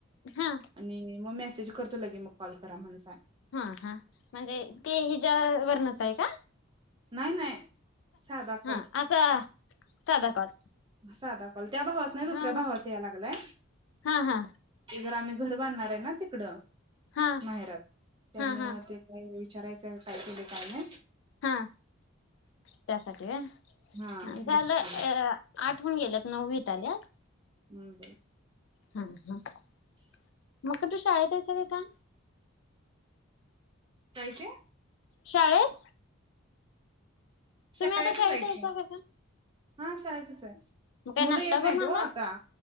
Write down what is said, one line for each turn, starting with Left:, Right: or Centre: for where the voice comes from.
Left: हा
Right: आणि मसे मॅसेज करतो लगेच मग कॉल करा म्हणल
Left: हां हां म्हणजे ते हिजा वर्णच आहे का
Right: नाही नाही साधा
Left: हा
Right: कॉल
Left: असा साधा कॉल
Right: साधा कॉल त्या भावाचा नाही दुसऱ्या
Left: हा
Right: भावाचा या लागलाय
Left: हा हा
Right: जर आम्ही घर बांधणार. आहे ना तिकडं.
Left: हा
Right: माहेरात त्यामुळ
Left: हा हा
Right: ते कुणी विचारायचं काय केले काय माहित.
Left: हा त्यासाठी होय.
Right: हा
Left: झालं
Right: बघतो
Left: अ आठवून गेलं. नववी त आल्यात.
Right: हम् बर.
Left: हम हम मग कुठं तू शाळेत असवी का.
Right: कायचे.
Left: शाळेत.
Right: शाळेतच
Left: तुम्ही आता शाळेत
Right: आहे की
Left: आहेसा का काय?
Right: हा शाळचच आहे
Left: मग काय
Right: मुलं
Left: नाश्ता
Right: येत नाहीत
Left: करून
Right: ओ
Left: आला?
Right: आता